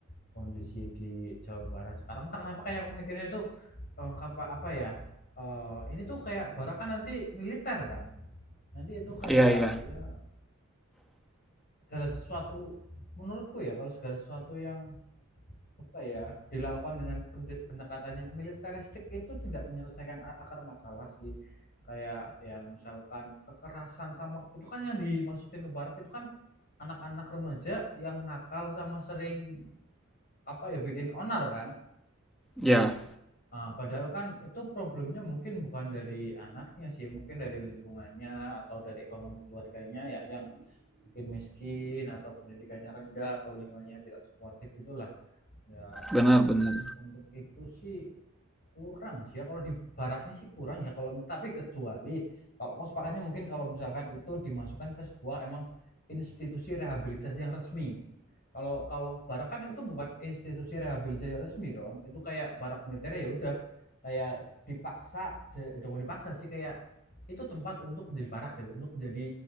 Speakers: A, on the left (about 45°); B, in the centre.
A: kondisi di Jawa Barat sekarang. tak kenapa kayak aku mikirnya itu eh, apa, apa ya? eh, ini tuh kayak barak kan nanti militer kan. Nanti itu kayak
B: Iya iya.
A: ya segala sesuatu menurutku ya kalau segala sesuatu yang apa ya dilakukan dengan pendekatannya militeristik itu tidak menyelesaikan akar masalah sih kayak ya misalkan kekerasan sama itu kan yang dimasukin ke barak itu kan anak-anak remaja yang nakal sama sering apa ya bikin onar kan
B: Ya,
A: Ah, padahal kan itu problemnya mungkin bukan dari anaknya sih mungkin dari lingkungannya atau dari ekonomi keluarganya ya yang mungkin miskin atau pendidikannya rendah atau lingkungannya tidak suportif gitulah ya
B: benar benar.
A: untuk itu sih kurang sih ya kalau di baraknya sih kurang ya kalau tapi kecuali kalau kau sepakatnya mungkin kalau misalkan itu dimasukkan ke sebuah emang institusi rehabilitasi yang resmi. Kalau kalau barak kan itu bukan institusi rehabilitasi yang resmi dong. Itu kayak barak militer ya udah kayak dipaksa j- jangan dipaksa sih kayak itu tempat untuk menjadi barak gitu, untuk menjadi